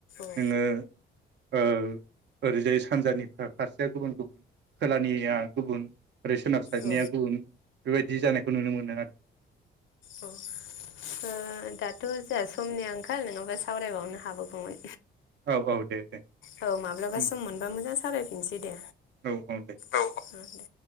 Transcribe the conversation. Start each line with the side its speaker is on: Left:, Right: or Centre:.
Left: औ
Right: नोङो ओ ओरैजाय सानजानि फारसेया गुबुन गुबुन खोलानिया गुबुन ओरै सोनाबसारनाया
Left: औ
Right: गुबुन बेबायदि जानाय खौ नुनो मोनो आद
Left: औ ओ दाथ जोंहा समनि आंखाल नङाबा सावरायबावनो हाबावगौमोन।
Right: औ औ दे दे
Left: औ माब्लाबा
Right: उम
Left: सम मोनबा मोजां सालायफिनसै दे
Right: औ दे
Left: औ दे।